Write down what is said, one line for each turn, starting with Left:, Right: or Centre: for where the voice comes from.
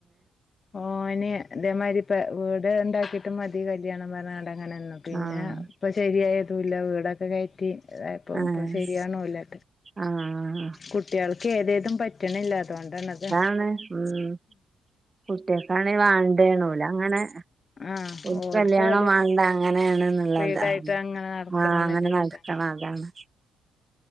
Left: ഓന് ഇതേമായ്തിരി പെ വീട്ണ്ടാക്കീട്ട് മതീ കല്യാണം പറഞ്ഞാണ്ട്ങ്ങനെ ന്നു പിന്നെ
Right: ആഹ്
Left: പ്പൊശരിയായ റ്റൂല്യ വീടൊക്കെ കേറ്റി ദായപ്പൊ
Right: ഏഹ്
Left: ഇപ്പൊ ശരിയാവ്ണൂല്യ
Right: ആഹ്
Left: കുട്ട്യാള് കേദേതും പറ്റ്ണ്‌ല്ല അതോണ്ടാണത്.
Right: ന്നേ ഉം കുട്ടിയേക്കാണേ വാണ്ടേ നൂലാ ഇങ്ങനെ
Left: ആ
Right: ഉം ഒരുകല്യാണം
Left: ഓൽക്ക് ഓലെ
Right: വന്നങ്ങനെണ് ന്ന്ള്ളതാ
Left: ഫ്രീഡായിട്ട് അങ്ങനെ നടക്കണം
Right: ആ
Left: എന്നുള്ളൊരു
Right: അങ്ങനെ നടക്കണം
Left: ഇതാണ്
Right: അതാണ്